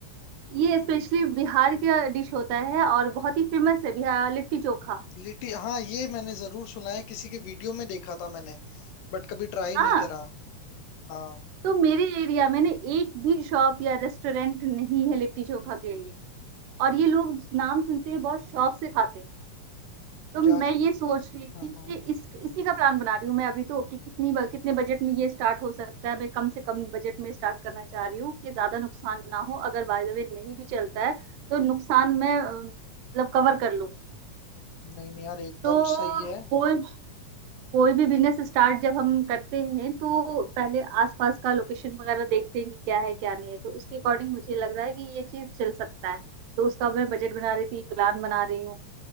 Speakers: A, on the right; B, on the left.
A: ये स्पेशली बिहार का डिश होता है और बहुत ही फेमस है बिहार लिट्टी चोखा
B: लिटी हाँ ये मैंने जरूर सुना है किसी के वीडियो में देखा था मैंने बट कभी ट्राई
A: हाँ
B: नहीं करा हाँ
A: तो मेरे एरिया में ना एक भी शॉप या रेस्टोरेंट नहीं है लिट्टी चोखा के लिए और ये लोग नाम सुनते ही बहुत शौक से खाते हैं तो मैं
B: यार
A: ये सोच रही थी
B: हाँ
A: कि
B: हाँ
A: इस इसी का प्लान बना रही हूँ मैं अभी तो कि कितनी ब- कितने बजट में ये स्टार्ट हो सकता है मैं कम से कम बजट में स्टार्ट करना चाह रही हूँ कि ज्यादा नुकसान ना हो अगर बाय द वे नहीं भी चलता है तो नुकसान मैं अ, मतलब कवर कर लूँ
B: नहीं नहीं यार एकदम
A: तो
B: सही है
A: बोल कोई भी बिजनेस स्टार्ट जब हम करते हैं तो पहले आसपास का लोकेशन वगैरह देखते हैं कि क्या है क्या नहीं है तो उसके अकॉर्डिंग मुझे लग रहा है कि ये चीज चल सकता है तो उसका मैं बजट बना रही थी प्लान बना रही हूँ